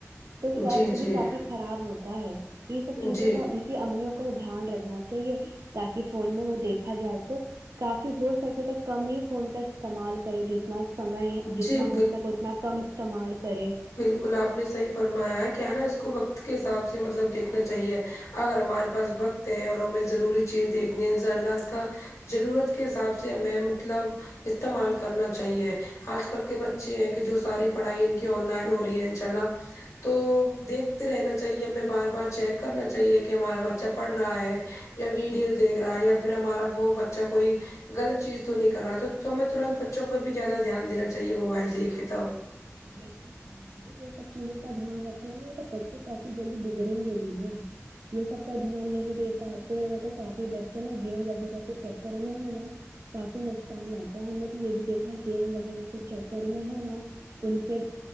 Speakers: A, on the right (about 70°); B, on the left (about 70°).
A: تو شام
B: جی
A: کو بھی
B: جی
A: کافی خراب ہوتا ہے یہ سب چیزوں
B: جی
A: کا کہ امیوں کو دھیان رکھنا چاہیے تاکہ فون میں وہ دیکھا جائے تو کافی ہو سکے تو کم ہی فون کا استعمال کرے جتنا <inaudible> سمئے جتنا
B: جی
A: ہو سکے اتنا کم استعمال کرے
B: گلا آب نے صحیح فرمایا ہے کیا ہے نا اس کو وقت کے حساب سے مطلب دیکھنا چاہیے اگر ہمارے پاس وقت ہے اور ہمیں ضروری چیز دیکھنی ہے انشاء اللہ اس کا ضرورت کے حساب سے ہمیں مطلب استعمال کرنا چاہیے آج کل کے بچے ہیں کہ جو ساری پڑھائی ان کی آن لائن ہو رہی ہے انشاء اللہ تو دیکھتے رہنا چاہیے ہمیں بار بار چیک کرنا چاہیے کہ ہمارا بچہ پڑھ رہا ہے یا ویڈیوز دیکھ رہا ہے یا پھر ہمارا فو بچہ کوئی غلط چیز تو نہیں کر رہا تو ہمیں ترنت بچوں پر بھی زیادہ دھیان دینا چاہیے موبائل دیکھے تو
A: یہ سب چیزوں کا دھیان رکھے ہیں تو بچے کافی جلدی یں گے بنا یہ سب کا دھیان نہیں دے پاتے تو کافی ب <unintelligible> نا گیم وغیرہ تو چکر میں ہے نا کافی نقصان آتا ہے ہم نے تو یہ بھی دیکھا ہے گیم وغیرہ تو چکر میں ہے نا ان کے